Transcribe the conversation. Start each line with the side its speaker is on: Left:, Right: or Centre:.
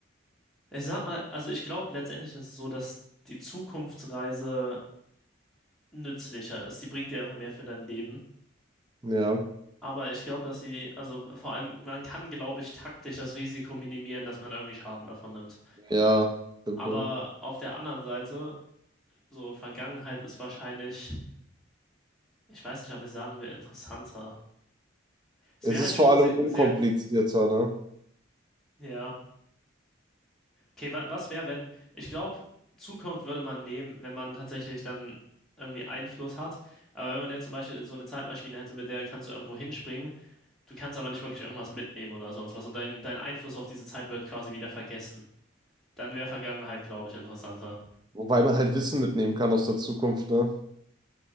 Centre: ich sag mal, also ich glaube, letztendlich ist es so, dass die Zukunftsreise nützlicher ist. Die bringt dir einfach mehr für dein Leben.
Right: Ja,
Centre: Aber ich glaube, dass sie, also vor allem, man kann, glaube ich, taktisch das Risiko minimieren, dass man irgendwie Schaden davon nimmt.
Right: ja, stimmt
Centre: Aber
Right: wohl.
Centre: auf der anderen Seite, so Vergangenheit ist wahrscheinlich, ich weiß nicht, ob ich sagen will, interessanter. Es
Right: Es
Centre: wäre halt
Right: ist
Centre: schon
Right: vor allem
Centre: sehr,
Right: unkomplizierter,
Centre: sehr,
Right: ne?
Centre: ja. Okay, wa was wäre, wenn, ich glaube, Zukunft würde man nehmen, wenn man tatsächlich dann irgendwie Einfluss hat. Aber wenn man jetzt zum Beispiel so eine Zeitmaschine hätte, mit der kannst du irgendwo hinspringen, du kannst aber nicht wirklich irgendwas mitnehmen oder sonst was und dein, dein Einfluss auf diese Zeit wird quasi wieder vergessen. Dann wäre Vergangenheit, glaube ich, interessanter.
Right: Wobei man halt Wissen mitnehmen kann aus der Zukunft, ne?